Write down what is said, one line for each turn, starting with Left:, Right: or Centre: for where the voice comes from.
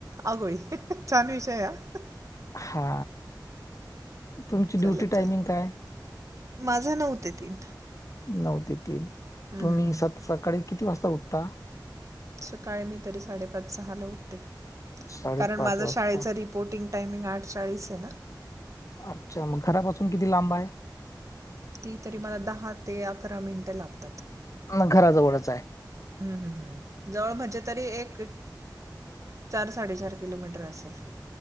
Right: अंगबाई छान विषय हं
Left: हा तुमची
Right: चला
Left: ड्युटी टायमिंग
Right: चला
Left: काय
Right: माझं नव्हतं तीन
Left: नऊ ते तीन
Right: हं,
Left: तुम्ही
Right: हं, हं.
Left: स सकाळी किती वाजता उठता
Right: सकाळी मी तरी साडेपाच सहाला उठते
Left: साडेपाच
Right: कारण माझा
Left: वाजता
Right: शाळेचा रिपोर्टिंग टायमिंग आठ चाळीस आहे ना
Left: अच्छा मग घरापासून किती लांब आहे
Right: ती तरी मला दहा ते अकरा मिनिटं लागतात
Left: न, घराजवळच आहे
Right: हम्म हम्म हम्म जवळ म्हणजे तरी एक चार साडेचार किलोमीटर असेल